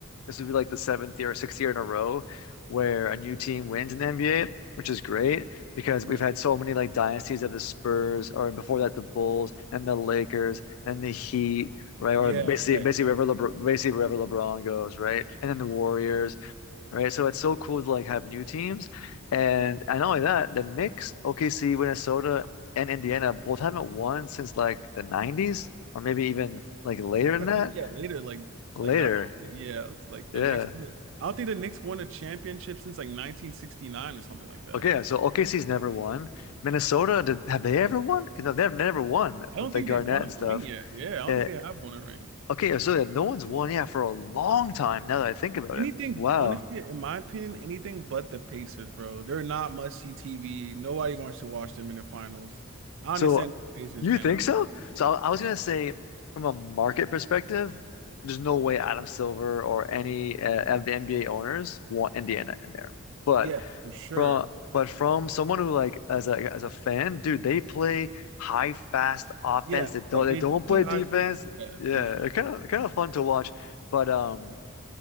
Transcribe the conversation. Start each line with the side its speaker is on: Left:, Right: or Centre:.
Left: this would be like the seventh year or sixth year in a row where a new team wins in the NBA, which is great because
Right: Right.
Left: we've had so many like dynasties of the Spurs or before that the Bulls and the Lakers and the Heat, right? Or
Right: Yeah,
Left: basically
Right: right,
Left: basically
Right: right.
Left: wherever LeBron basically wherever LeBron goes, right? And then the Warriors right? So it's so cool to like have new teams. And and not only that, the Knicks, OKC, Minnesota, and Indiana both haven't won since like the 90s or maybe even like later than
Right: I
Left: that.
Right: think yeah, later like
Left: Later.
Right: like that. I don't think yeah, it's like the
Left: Yeah.
Right: Knicks. I, think, I don't think the Knicks won a championship since like 1969 or something like that.
Left: Okay, yeah, so OKC's never won. Minnesota, did, have they ever won? 'Cause No, they've never won
Right: I
Left: with
Right: don't
Left: like
Right: think
Left: Garnett
Right: they've won
Left: and
Right: a
Left: stuff.
Right: ring yet. Yeah, I don't
Left: Uh,
Right: think they have won a ring.
Left: okay, yeah, so yeah, no one's won, yeah, for a long time now that I think about
Right: Anything,
Left: it. Wow.
Right: honestly, in my opinion, anything but the Pacers, bro. They're not must see TV. Nobody wants to watch them in the finals. I
Left: So
Right: understand that Pacers
Left: you
Right: fan
Left: think
Right: out.
Left: so? So I, I was gonna say from a market perspective, there's no way Adam Silver or any uh, of the NBA owners want Indiana in there. But
Right: Yeah, for sure.
Left: from but from someone who like as a as a fan, dude, they play high fast offense.
Right: Yeah,
Left: They don't
Right: like
Left: they
Right: they
Left: don't
Right: do
Left: play
Right: play high
Left: defense.
Right: pace. Yeah,
Left: Yeah,
Right: for sure.
Left: they're kind of kind of fun to watch. But um,